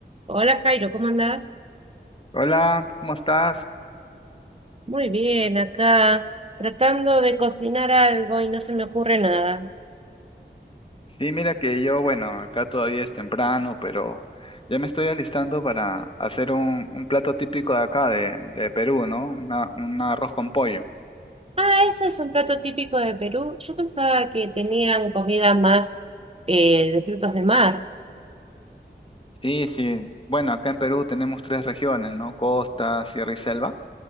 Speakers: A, on the right; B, on the left.
A: Hola Jairo, ¿cómo andás?
B: Hola, ¿cómo estás?
A: Muy bien, acá tratando de cocinar algo y no se me ocurre nada.
B: Sí, mira que yo, bueno, acá todavía es temprano, pero ya me estoy alistando para hacer un, un plato típico de acá, de, de Perú, ¿no? Una, un arroz con pollo.
A: Ah, ese es un plato típico de Perú. Yo pensaba que tenían comida más eh, de frutos de mar.
B: Sí, sí. Bueno, acá en Perú tenemos tres regiones, ¿no? Costa, Sierra y Selva.